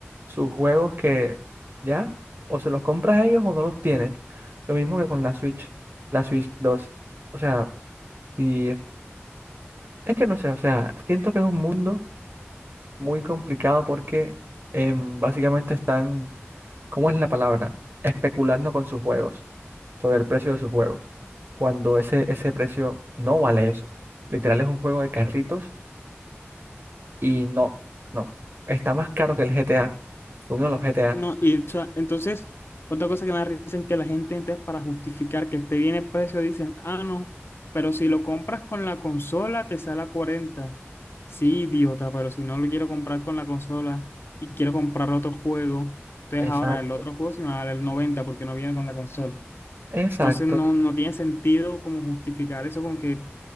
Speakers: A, on the right; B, on the left.
A: sus juegos que ya o se los compras a ellos o no los tienes. Lo mismo que con la Switch, la Switch 2. O sea, si, es que no sé, o sea, siento que es un mundo muy complicado porque em, básicamente están ¿Cómo es la palabra? Especulando con sus juegos, sobre el precio de sus juegos, cuando ese, ese precio no vale eso. Literal es un juego de carritos y no, no. Está más caro que el GTA, que uno de los GTA.
B: No, y o sea, entonces, otra cosa que me da risa es que la gente, entonces, para justificar que esté bien el precio, dicen, ah, no, pero si lo compras con la consola, te sale a 40. Sí, idiota, pero si no lo quiero comprar con la consola y quiero comprar otro juego, entonces
A: Exacto,
B: ahora el otro juego sí me va a valer 90 porque no viene con la consola.
A: exacto.
B: Entonces, no, no tiene sentido como justificar eso con que